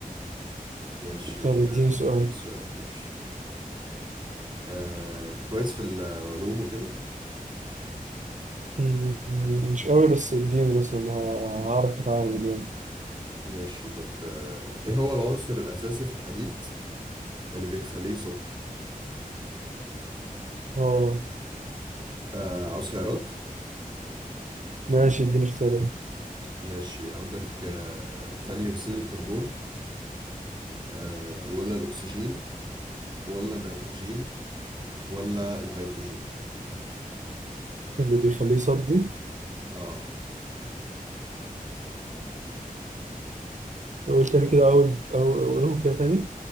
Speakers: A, on the right; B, on the right.
A: ماشي
B: طب اديني سؤال
A: اديك سؤال ماشي آه، انت كويس في العلوم وكده
B: مم، مش قوي بس اديني مثلا ه- هعرف اتعامل يعني
A: ماشي طب آه، ايه هو العنصر الاساسي في الحديد اللي بيخليه يصدي
B: اه
A: آه، عاوز خيارات
B: ماشي اديني اختيارات
A: ماشي عندك آه، ثاني اكسيد الكربون آه، ولا الاكسجين ولا النيتروجين ولا الهيدروجين
B: اللي بيخليه يصدي
A: اه
B: اقول تاني كده اول أو- اقولهم كده تاني